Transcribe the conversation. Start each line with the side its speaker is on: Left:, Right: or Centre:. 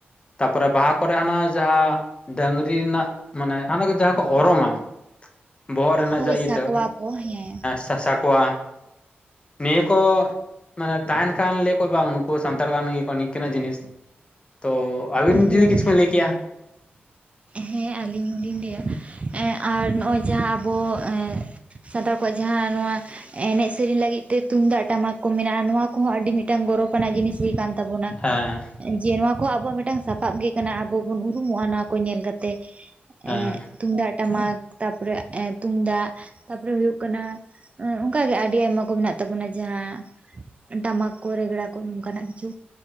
Left: ᱛᱟᱯᱚᱨᱮ ᱵᱟᱦᱟ ᱠᱚᱨᱮ ᱦᱟᱱᱟ ᱡᱟᱦᱟᱸ ᱰᱟᱝᱨᱤ ᱨᱮᱱᱟᱜ ᱢᱟᱱᱮ ᱦᱟᱱᱟ ᱠᱚ ᱡᱟᱦᱟᱸ ᱠᱚ ᱚᱨᱚᱝᱟ ᱵᱚᱦᱚᱜ ᱨᱮᱱᱟᱜ
Right: ᱦᱳᱭ
Left: ᱡᱟ
Right: ᱥᱟᱠᱣᱟ
Left: ᱤᱭᱟᱛᱮ
Right: ᱠᱚ ᱦᱮᱸ
Left: ᱥᱟᱸ ᱥᱟᱠᱚᱣᱟ᱾ ᱱᱤᱭᱟ ᱠᱚ ᱢᱟᱱᱮ ᱛᱟᱦᱮᱱ ᱠᱷᱟᱱ ᱞᱟᱹᱭᱟᱠᱚ ᱵᱟᱝ ᱱᱩᱠᱩ ᱥᱟᱱᱛᱟᱲ ᱠᱟᱱ ᱜᱮ ᱠᱚ ᱱᱤᱝᱠᱟᱹᱱᱟᱜ ᱡᱤᱱᱤᱥ᱾ ᱛᱚ ᱟᱹᱵᱤᱱ
Right: ᱦᱳᱭ
Left: ᱡᱩᱫᱤ ᱠᱤᱪᱷᱩ ᱵᱤᱱ ᱞᱟᱹᱭ ᱠᱮᱭᱟ᱾
Right: ᱦᱮᱸ ᱟᱹᱞᱤᱧ ᱦᱚᱞᱤᱧ ᱞᱟᱹᱭᱟ ᱮᱸᱜ ᱟᱨ ᱱᱚᱜᱼᱚᱭ ᱡᱟᱦᱟᱸ ᱟᱵᱚ ᱮᱸᱜ ᱥᱟᱱᱛᱟᱲ ᱠᱚᱣᱟᱜ ᱡᱟᱦᱟᱸ ᱱᱚᱣᱟ ᱮᱱᱮᱡ ᱥᱮᱨᱮᱧ ᱞᱟᱹᱜᱤᱫ ᱛᱮ ᱛᱩᱢᱫᱟᱜ ᱴᱟᱢᱟᱠ ᱠᱚ ᱢᱮᱱᱟᱜᱼᱟ ᱾ ᱱᱚᱣᱟ ᱠᱚᱦᱚᱸ ᱟᱹᱰᱤ ᱢᱤᱫᱴᱟᱝ ᱜᱚᱨᱚᱵᱽ᱾ ᱚᱱᱟ ᱡᱤᱱᱤᱥ ᱜᱮ ᱠᱟᱱ ᱛᱟᱵᱚᱱᱟ
Left: ᱦᱮᱸ
Right: ᱾ ᱡᱮ ᱱᱚᱶᱟ ᱠᱚ ᱟᱵᱚᱣᱟᱜ ᱢᱤᱫᱴᱟᱝ ᱥᱟᱯᱟᱵ ᱜᱮ ᱠᱟᱱᱟ ᱟᱵᱚ ᱵᱚᱱ ᱩᱨᱩᱢᱚᱜᱼᱟ ᱱᱚᱣᱟ ᱠᱚ ᱧᱮᱞ ᱠᱟᱛᱮ
Left: ᱦᱮᱸ
Right: ᱮᱸ ᱛᱩᱢᱫᱟᱜ ᱴᱟᱢᱟᱠ ᱛᱟᱯᱚᱨᱮ ᱮᱸ ᱛᱩᱢᱫᱟᱜ ᱛᱟᱯᱚᱨᱮ ᱦᱩᱭᱩᱜ ᱠᱟᱱᱟ ᱚᱱᱠᱟᱜᱮ ᱟᱹᱰᱤ ᱟᱭᱢᱟ ᱠᱚ ᱢᱮᱱᱟᱜ ᱛᱟᱵᱚᱱᱟ ᱡᱟᱦᱟᱸ ᱴᱟᱢᱟᱠ ᱠᱚ ᱨᱮᱜᱽᱲᱟ ᱠᱚ ᱱᱚᱝᱠᱟᱱᱟᱜ ᱠᱤᱪᱷᱩ᱾